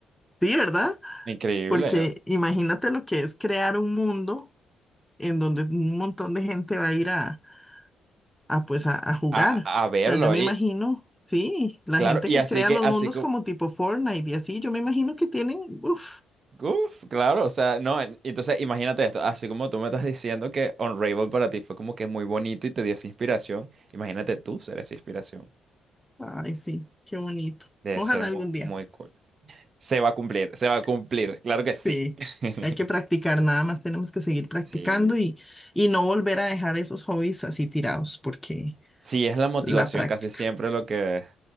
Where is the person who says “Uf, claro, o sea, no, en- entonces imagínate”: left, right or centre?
Right